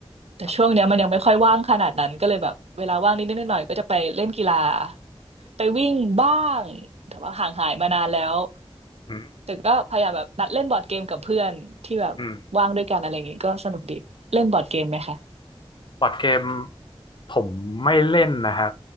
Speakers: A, on the right; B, on the left.
A: แต่ช่วงเนี้ยมันยังไม่ค่อยว่างขนาดนั้นก็เลยแบบเวลาว่างนิดๆหน่อยๆก็จะไปเล่นกีฬา
B: ครับ
A: ไปวิ่งบ้างแต่ว่าห่างหายมานานแล้ว
B: อืม
A: แต่ก็พยายามแบบนัดเล่นบอร์ดเกมกับเพื่อนที่แบบว่างด้วยกันอะไรอย่างงี้ก็สนุกดีเล่นบอร์ดเกมไหมคะ
B: อืมบอร์ดเกมผมไม่เล่นนะครับ